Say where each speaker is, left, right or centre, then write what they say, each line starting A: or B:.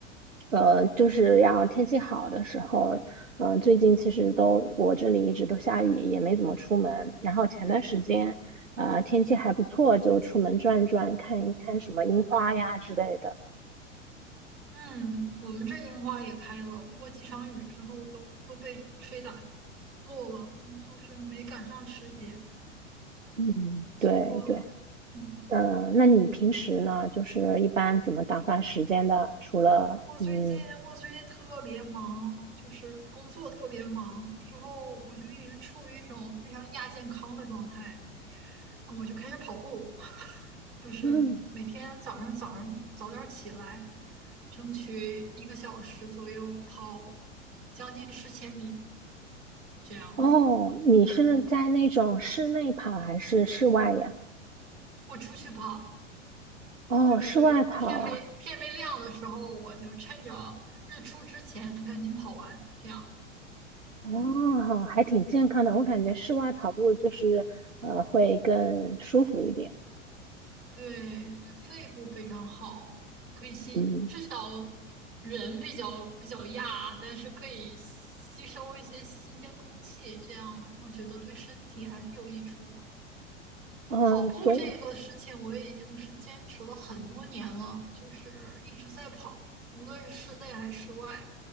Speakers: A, on the right; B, on the right.
A: 呃，就是要天气好的时候，嗯、呃，最近其实都我这里一直都下雨，也没怎么出门。然后前段时间，呃，天气还不错，就出门转转，看一看什么樱花呀之类的。
B: 嗯，我们这樱花也开了，不过几场雨之后都都被吹打落了，就是没赶上时节，
A: 嗯，
B: 错过了。
A: 对对，
B: 嗯，
A: 嗯、那你平时呢，就是一般怎么打发时间的？除了嗯
B: 我最近我最近特别忙，就是工作特别忙，之后我就一直处于一种非常亚健康的状态，我就开始跑步，<laughs> 就是每天早上早上早点起来，
A: 嗯，
B: 争取一个小时左右跑将近十千米这样子。
A: 哦，你是在那种室内跑还是室外呀？
B: 嗯。我出去跑，
A: 哦，
B: 就是天没天没亮的时候，
A: 室外跑啊。
B: 我就趁着日出之前赶紧跑完，这样，
A: 哦，
B: 嗯，
A: 还挺健康的。我感觉室外跑步就是呃会更舒服一点。
B: 对对，肺部非常好，可以吸，
A: 嗯
B: 至少人比较比较亚，但是可以吸收一些新鲜空气，这样我觉得对身体还是有益处的。
A: 嗯，
B: 跑步这个事情，
A: 所以
B: 我已经是坚持了很多年了，就是一直在跑，无论是室内还是室外。